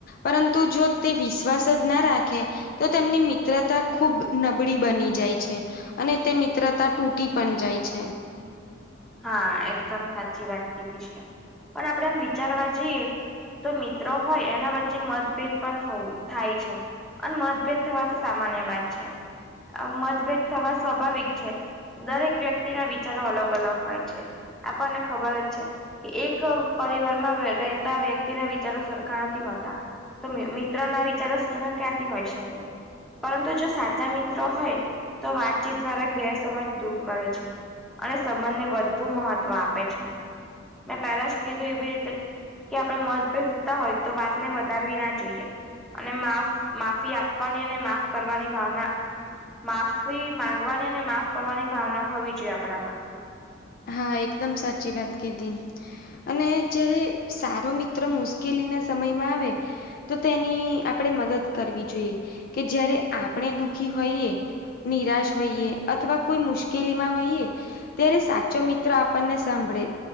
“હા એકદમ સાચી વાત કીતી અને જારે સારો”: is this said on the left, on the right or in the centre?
Left